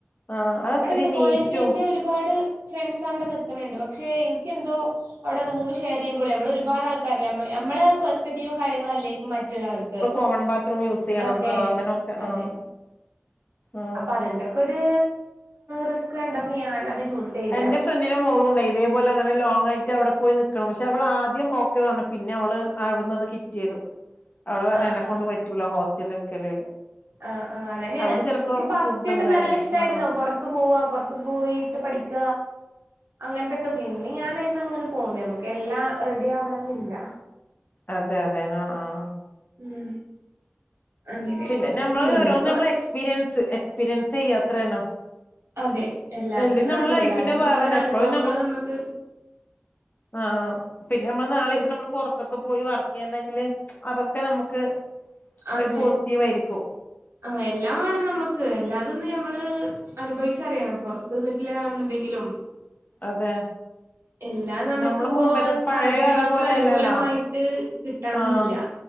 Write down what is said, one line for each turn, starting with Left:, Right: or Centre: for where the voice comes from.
Left: ആഹ് അതത്രീം
Right: അവിടെണ്ട് കോളേജിൽ
Left: നീറ്റും
Right: ഇന്റെ ഒരുപാട് ഫ്രണ്ട്സ് അവിടെ നിക്കുന്നുണ്ട് പക്ഷെ എനിക്കെന്തോ അവിടെ റൂം ഷെയർ ചെയ്യുമ്പോളെ നമ്മള് ഒരുപാട് ആൾക്കാരില്ലെ നമ്മ നമ്മള് തിയും കാര്യങ്ങളും അല്ലേക്കും മറ്റുള്ളവർക്ക്
Left: കോമൻ ബാത്റൂമ് യൂസ് ചെയ്യണം
Right: അതെ
Left: ആഹ് അങ്ങനൊക്കെ
Right: അതെ
Left: ആഹ് ആഹ്
Right: അപ്പം അതിന്റെക്കൊരു റിസ്ക് കണ്ടപ്പം ഞാനത് യൂസ്... ചെയ്തില്ല.
Left: എന്റെ ഫ്രണ്ടിന്റെ മോളുണ്ട് ഇതേപലെങ്ങനെ ലോങ്ങായിട്ട് അവിടെ പോയി നിക്കണം. പക്ഷെ അവള് ആദ്യം ഓക്കെ പറഞ്ഞു പിന്നെ അവള് അവിടുന്ന് അത് കിറ്റിയ്തു അവള് പറഞ്ഞു
Right: ആഹ്
Left: എന്നെക്കൊണ്ട്
Right: ആഹ്
Left: പറ്റൂല ഹോസ്റ്റല് നിക്കല്
Right: ആഹ് ആഹ് അതന്നെയാണ്
Left: അവിടെ ചെലപ്പോ
Right: ഇൻക്ക് ഫസ്റ്റ്
Left: ഫുഡും
Right: ഒക്കെ
Left: കാര്യം
Right: നല്ല ഇഷ്ട്ടായിരൂന്നു
Left: ആ
Right: പൊറ പൊറത്തു പോവാ പൊറത്ത് പോയിട്ട് പഠിക്ക അങ്ങനത്തൊക്കെ പിന്നെ ഞാനായിന്നങ്ങനെ പോന്നു നമുക്ക് എല്ലാം റെഡിയാവണന്നില്ല
Left: അതെ അതെ ആഹ് ആഹ്
Right: ഉം അങ്ങനെ
Left: പിന്നെ നമ്മള്
Right: പിന്നെപ്പോ
Left: ഓരോന്ന് നമ്മളെ എക്സ്പീരിയൻസ് എക്സ്പീരിയൻസ് ചെയ്യ അത്രന്നെ
Right: അതെ. എല്ലാത്തിന്നും
Left: എല്ലാം നമ്മളെ
Right: ഉണ്ട്
Left: ലൈഫിന്റെ
Right: എല്ലാത്തിന്നും
Left: ഭാഗാണ്
Right: ഓരോ അനുഭവങ്ങൾ
Left: എപ്പോഴും
Right: നമ്മക്ക്..
Left: ആഹ് പിന്നെ നമ്മള് നാളെ
Right: കി
Left: ഇപ്പം നമ്മള് പൊറത്തൊക്കെ പോയി വർക്ക് ചെയ്യുന്നെങ്കിൽ അതൊക്കെ നമുക്ക്
Right: അതെ
Left: ഒരു പോസിറ്റീവ് ആയിരിക്കും
Right: ആഹ് എല്ലാം വേണം നമ്മക്ക് എല്ലാതൊന്ന് ഞമ്മള് അനുഭവിച്ചറിയാണം പൊറത്ത്ന്നിട്ടില്ലതാണെന്നുണ്ടെങ്കിലും
Left: അതെ
Right: എല്ലാം നമുക്പ്പോ
Left: നമ്മള് മുമ്പത്തെ പഴയ
Right: സാഹചര്യങ്ങൾക്ക്
Left: കാലം പോലെയല്ലല്ലോ
Right: അനുകൂലമായിട്ട് കിട്ടണംന്നില്ല
Left: ആ